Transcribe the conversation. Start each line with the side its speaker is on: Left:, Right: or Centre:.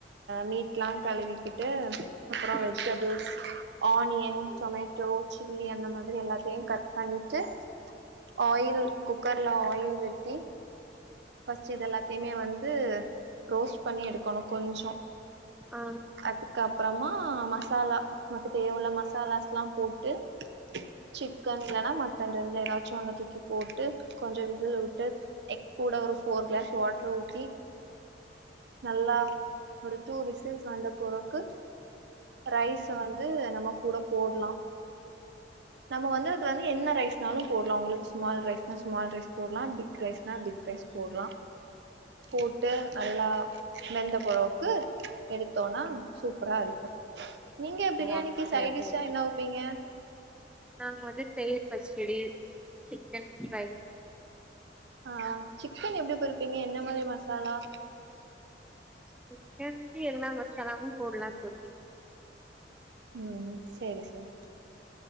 Right: மீட்ல்லா கழுவிக்கிட்டு அப்பறம்
Centre: ஆ
Right: வெஜிடபிள்ஸ் ஆனியன்
Centre: ஓ
Right: டொமேட்டோ சில்லி அந்த மாரி எல்லாத்தையும் கட் பண்ணிட்டு ஆயில் குக்கர்ல ஆயில் வெட்டி ஃபர்ஸ்ட் இது எல்லாத்தையுமே வந்து ரோஸ்ட் பண்ணி எடுக்கணு கொஞ்சொ
Centre: ஆ
Right: அதுக்கப்பறமா மசாலா நமக்கு தேவயுல்ல மசாலாஸ்ல்லா போட்டு சிக்கன் இல்லன்னா மட்டன் ரெண்டுல ஏதாச்சும் ஒண்ண தூக்கி போட்டு கொஞ்சமவிசில் வுட்டு கூட ஒரு ஃபோர் கிளாஸ் வாட்டரு ஊத்தி நல்லா ஒரு டூ விசில்ஸ் வந்த பொறக்கு ரைஸ் வந் நம்ம கூட போடலாம் நம்ம வந்து வந்து என்ன ரைஸ்னாலும் போட்லாம் உங்களுக்கு ஸ்மால் ரைஸ்னா ஸ்மால் ரைஸ் போடலாம் பிக் ரைஸ்னா பிக் ரைஸ் போடலா போட்டு நல்லா மெந்த போறவுக்கு எடுத்தோன்னா சூப்பரா இருக்கும் நீங்க பிரியாணிக்கு
Centre: அப்படியா
Right: சைட்
Centre: தோழி
Right: டிஷா என்ன வெப்பீங்க
Centre: நாங்க வந்து தயிர் பச்சடி சிக்கன் ஃப்ரை
Right: ஆ சிக்கன் எப்டி பொறிப்பீங்க என்ன மாரி மசாலா
Centre: சிக்கனுக்கு எல்லா மசாலாவும் போடலாம் தோழி
Right: ம் செரி செரி